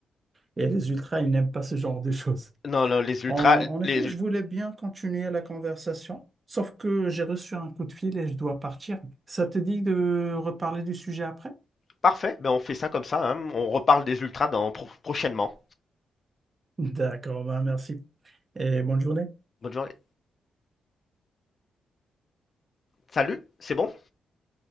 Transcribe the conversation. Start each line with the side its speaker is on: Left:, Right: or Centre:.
Right: Et les ultras, ils n'aiment pas ce genre de choses.
Left: Non, non, les ultras,
Right: En, en effet,
Left: les
Right: je voulais bien continuer la conversation, sauf que j'ai reçu un coup de fil et je dois partir. Ça te dit de reparler du sujet après?
Left: Parfait, ben on fait ça comme ça. hein. On reparle des ultras dans pro- prochainement.
Right: D'accord, ben merci. Et bonne journée.
Left: Bonne journée. Salut, c'est bon?